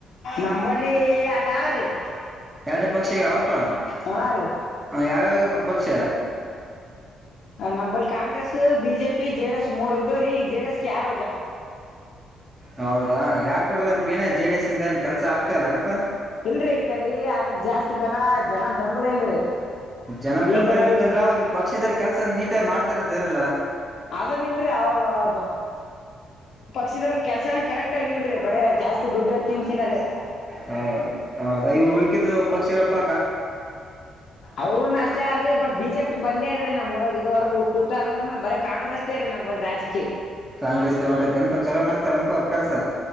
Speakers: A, on the left; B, on the right.
A: ನಂಬಲ್ಲಿ ಆ ಡಾವರೀ.
B: ಎರಡು ಪಕ್ಷಿಗೆ ಯಾವಪ್ಪ
A: ಹಾ ರೀ
B: ಯಾವಾಗಪ್ಪ ಪಕ್ಷ.
A: ನಮಲ್ಲಿ Congress BJP JDS ಮೂರ್ ಇದ್ದವ್ರ ಈ ಜೆಡಿ ಎಸ್ ಯಾರ
B: ಹೌದಾ ಯಾಕ್ ಕೊಡ್ಲಾರ
A: ಹ
B: ಪ ಏನ ಜೆಡಿಸ್ಂದ ಏನ್ ಕೆಲ್ಸ ಆಗ್ತಲ್ಲ ಅಪ
A: ಇಲ್ರರಿ ಈ ಕಡೆ ಅದಕ್ ಜಾಸ್ತಿ ಬೆನ ಜನ ಬೆಂಬಲ ಇಲ್ರಿ.
B: ಜನ ಬೆಂಬಲ
A: ಈಗ
B: ಇಲಕಂದ್ರ
A: ಇಲ್ಲಿ
B: ಅವ್ರು ಪಕ್ಷದರ ಕೆಲ್ಸ ನೀಟಾಗಿ ಮಾಡ್ತ ಇದ ಇರಲ್ಲ.
A: ಅದನ್ ಎನ್ರೀ ಅವರು ಪಕ್ಷಿದಾರ್. ಕೆಲ್ಸನು ಕರೆಕ್ಟ್ ಇಲ್ರಿ ಬರೇಜಾಸ್ತಿ ದುಡ್ಡು ಹೊತ್ತು ಕೊಂಡು ತಿನ್ನದೆ.
B: ಹಾ ಹೌದು ಇವು ಉಳುಕಿದ್ ಪಕ್ಷಿಗಳ ಪಾ
A: ಅವರು ನಾ ಕ್ಯಾರೆ ಬಟ್ ಬಿ ಜೆ ಪಿ ಬಂದೇ ಇಲ್ರೀ ನಮ್ಊರಾಗೂ ಇದುವರೆಗೂ ತುರುಕ ಅಂದ್ರೂನು ಬರೇ ಕಾಂಗ್ರೆಸ್ ದೇ ನಮ್ಮಲ್ಲಿ ರಾಜಕೀಯಿ.
B: ಕಾಂಗ್ರೆಸ್ ಗಂಟತಂತ ಚೆನ್ನಾಗಿ ಮಾಡ್ತಾರನಪಾ ಅವ್ರ ಕೆಲ್ಸ.